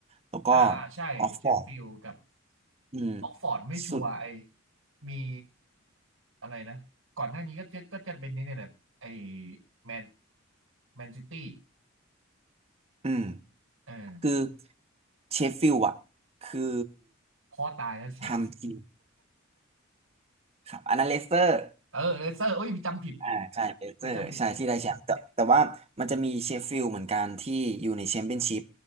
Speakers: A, on the right (about 30°); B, on the right (about 85°).
A: แล้วก็
B: อ่าอ่าใช่เชฟฟิลด์กับ
A: ออกฟอร์ดอืม
B: ออกฟอร์ดไม่ชัวร์ไอ
A: สุด
B: มีอะไรนะก่อนหน้านี้ก็จะก็จะเป็นนี่เนี่ยแหละไอแมนแมนซิตี้
A: อืม
B: เออ
A: คือเชฟฟิลด์อะคือ
B: พ่อตายแล้วเสีย
A: ทำทีมครับอันนั้นเลสเตอร์
B: <laughs> เออเลเซอร์โอ้ยจำผิด
A: อ่าใช่เบสเซอร์ใช่ที่ได้แชมป์แต่แต่ว่ามันจะมีเชฟฟิลด์เหมือนกันที่อยู่ในแชมเปี้ยนชิพ
B: อุ้ยจำผิด